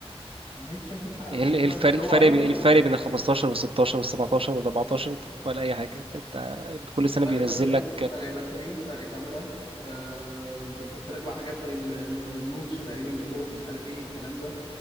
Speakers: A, on the left; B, on the right.
A: أهمية شكل ح-
B: ايه
A: شكل
B: ال- إيه الفرق
A: واحد. بس
B: الفرق
A: هو ايفون
B: بي- ايه الفرق بين ال 15 وال 16 وال 17 وال 14 ولا اي حاجه انت أنت كل سنه
A: فرق
B: بينزل
A: باتري
B: لك
A: فرق باتري فرق كاميرا آه بيحط لك بقى حاجات زي ال- النوتش تقريبا اللي فوق مش عارف ايه الكلام ده